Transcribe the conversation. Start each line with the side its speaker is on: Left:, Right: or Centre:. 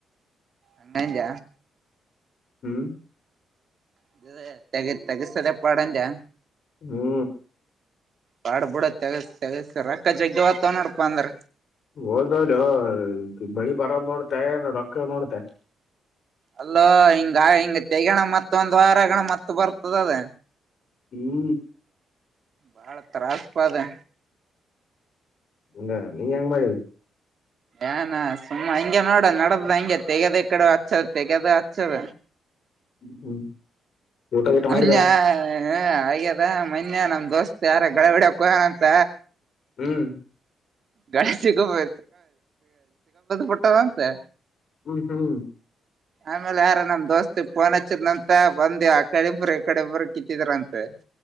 Right: ಹಂಗಂಗ
Left: ಹ್ಮ್.
Right: ಇದು ತೆಗೆ ತೆಗೆಸದ ಪಾಡು ಅಂದಿಯಾ
Left: ಹ್ಮು
Right: ಬಾಡ ಬಿುಡ ತೆಗಸ್ ತೆಗಸ ರೊಕ್ಕ ಜಗ್ಗೆ ಹೊತವ ನೋಡಪಾ ಅಂದ್ರ.
Left: ಹೋದ್ರ ಹೋಗ್ಲಿ ಬೆಳೆ ಬರೋದು ನೋಡ್ತಿಯ ರೊಕ್ಕ ನೋಡ್ತೀಯಾ.
Right: ಅಲ್ಲೋ ಹಿಂಗ ತೆಗೆಯಂಗನ ಮತ್ತ ಒಂದ್ ವಾರಗಣ ಮತ್ತ ಬರ್ತದ ಅದ.
Left: ಹ್ಮ
Right: ಬಾಳ ತ್ರಾಸ್ಪ ಅದು
Left: ಅಂಗ ನೀ ಹೆಂಗ್ ಮಾಡಿದಿ
Right: ಏನಾ ಸುಮ್ಮ್ ಹಂಗೆ ನೋಡ ನಡದ ಹಂಗೆ ತೆಗದ ಈ ಕಡೆ ಹಚ್ಚದ ತೆಗದ ಹಚ್ಚದ
Left: ಹ್ಮ್ ಊಟ ಗೀಟ
Right: ಮೊನ್ನೆ
Left: ಮಾಡಿದ್ಯಾ
Right: ಹ ಆಗ್ಯದ ಮನ್ಯ ನಮ್ ದೋಸ್ತ್ ಯಾರ ಗಳೇ ಹೊಡೆಯಕ್ಕೆ ಹೋಗನಂತ
Left: ಹ್ಮ್
Right: ಗಾಡಿಯಲ್ಲಿ ಸಿಕ್ಕೊಂಡು ಬಿಟ್ಟಿದ್ದಾರಂತೆ
Left: ಹ್ಮ ಹ್ಮ್
Right: ಆಮೇಲೆ ಯಾರ ನಮ್ ದೋಸ್ತಿಗ್ ಫೋನ್ ಹಚ್ಚಿದ್ನಂತ ಬಂದ್ ಆ ಕಡೆ ಇಬ್ರು ಈ ಕಡೆ ಇಬ್ರು ಕಿತ್ತಿದ್ರಂತೆ